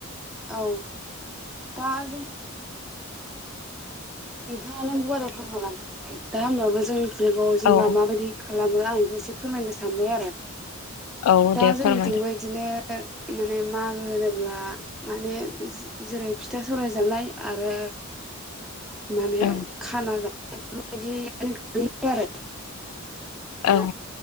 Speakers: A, in the centre; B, on the left.
A: औ दा जों नोंथाङानो गुवारै फोरमायलांखाबाय दा होमबाबो जों जग जेनेबा
B: औ
A: माबायदि खालामो दा आं एसे फोरमायनो सानबाय आरो
B: औ
A: दा
B: दे
A: जोंनिथिंबो
B: फोरमायदो
A: इदिनो माने मागो होनोब्ला माने जे जेरै फिथा सौराइ जानाय आरो माने
B: औ
A: खाना जा <unintelligible> दा
B: औ